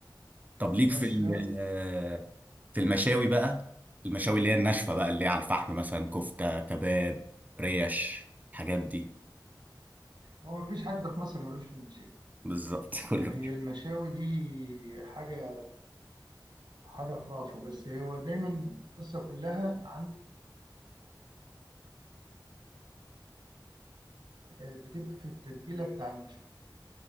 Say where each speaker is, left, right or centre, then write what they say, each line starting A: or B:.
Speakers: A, on the right; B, on the right.
A: طب ليك
B: بس
A: في ال-
B: هو
A: في المشاوي بقى المشاوي اللي هي الناشفه بقى اللي هي على الفحم مثلا كفته كباب ريش الحاجات دي
B: هو مفيش حد في مصر ملوش في المشاوي
A: بالظبط <laughs> كله
B: يعني المشاوي دي حاجة حاجة خرافة بس هو دايما القصة كلها عن بتبقى في التتبيلة بتاع المشوي